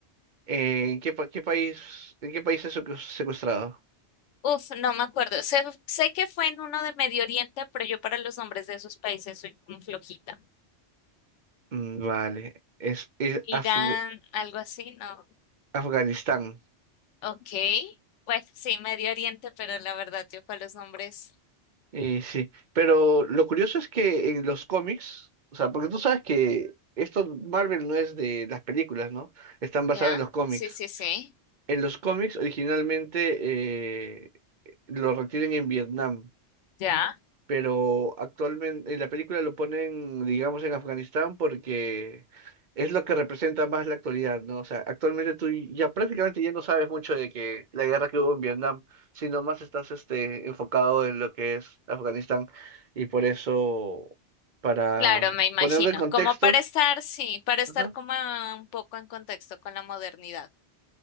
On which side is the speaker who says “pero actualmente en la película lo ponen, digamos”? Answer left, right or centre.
Right